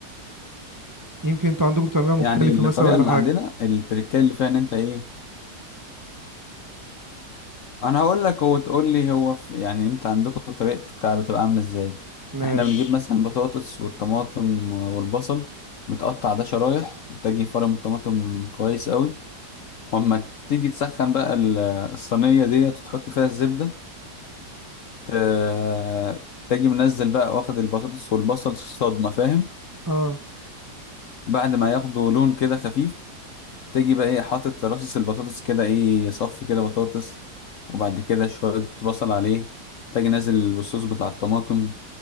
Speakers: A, on the right; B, on the left.
A: يمكن انتوا عندكم بتعملوها مختلفه
B: يعني الطريقه
A: مثلا ولا
B: اللي
A: حاجه
B: عندنا التركيه اللي فيها ان انت ايه انا هقول لك وتقول لي هو في يعني انت عندكم طريقتك بتبقى عامله ازاي
A: ماشي
B: احنا بنجيب مثلا البطاطس والطماطم والبصل بتقطع ده شرايح وبتجي فرم الطماطم كويس قوي واما تيجي تسخن بقى ال- الصينيه ديت وتحط فيها الزبده ت- تجي منزل بقى واخد البطاطس والبصل الصدمه فاهم
A: اه
B: بعد ما ياخدوا لون كده خفيف تيجي بقى ايه حاطط رصص البطاطس كده ايه صف كده بطاطس وبعد كده شوية بصل عليه تاجي نازل بالصوص بتاع الطماطم